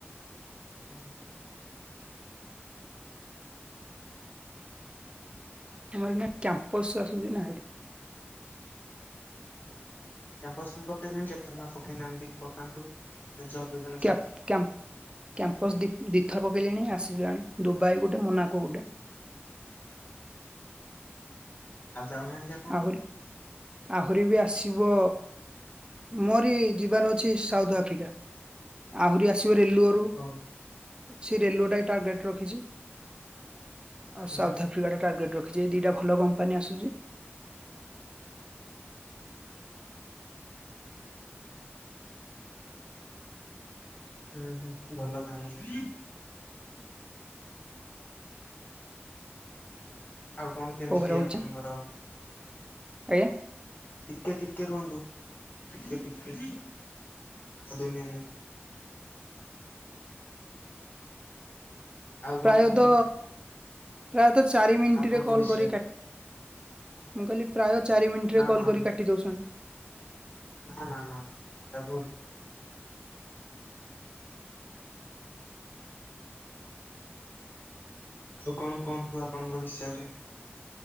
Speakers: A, on the left (about 45°); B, on the right (about 20°).
A: ହଁ।
B: ଆମର ଏଇନା କ୍ୟାମ୍ପସ ଆସୁଛି ନା ଏଇଠି
A: ଓ୍ୟାମ୍ପସ ପାଇଁ ପକେଇଲେଣି କେତେଜଣ ପକେଇନାହାନ୍ତି ପକାନ୍ତୁ। ସେ ଜବ ବି କଲେ।
B: କିଆ କ୍ୟାମ୍ କ୍ୟାମ୍ପସ୍ ଦ୍ୱୀଥ ପକେଇଲିଣି ଆସିଲାଣି ଦୁବାଇ ଗୋଟେ ମୋନାକ ଗୋଟେ।
A: ଆଉ ଯାଉନାହାନ୍ତି। ଆ
B: ଆହୁରି। ଆହୁରି ବି ଆସିବ ମୋରି ଯିବାର ଅଛି ସାଉଥ ଆଫ୍ରିକା। ଆହୁରି ଆସିବ ରେଲୁଓ। ରେସିରିଅଲ୍
A: ହଉ।
B: ଉରେଟଗେଟ ରଖିଛି ଆଉ
A: ହୁଁ
B: ଶା।।
A: ହୁଁ
B: ଫିା ଟାର୍ଗେଟ ରିଖିଛି ଦୁଟା ଭଲ କପାନି ଆସୁଛି।
A: ହୁଁ ହୁଁ ଭଲ ତାହେନେ। ଆଉ କଣ କେମିତି
B: ଓଭର ହଉଛି
A: ଆପଣଙ୍କର।
B: ଆଜ୍ଞା।
A: ଟିକେ ଟିକେ ରୁହନ୍ତୁ ଟିକେ ଟିକେ ଆଉ ଦୁଇ ମିନିଟ୍। ଆଉ କଣ
B: ପ୍ରାୟଦ
A: କୁହନ୍ତୁ
B: ପ୍ରାୟତଃ ଚାରି ମିନିଟ୍
A: ଆପଣଙ୍କ
B: ରେ କଲ୍
A: ବିଷୟରେ
B: କରିିକି କାଟି ମୁଁ କହିଲି ପ୍ରାୟ ଚାରି ମିନିଟ୍
A: ନା
B: ରେ କଲ୍
A: ନା
B: କରି
A: ନା
B: କାଟି ଦେଉଛନ୍ତି।
A: ନା ନା ନା ସେଟା ଭୁଲ୍। ଆଉ କଣ କୁହନ୍ତୁ ଆପଣଙ୍କ ବିଷୟରେ।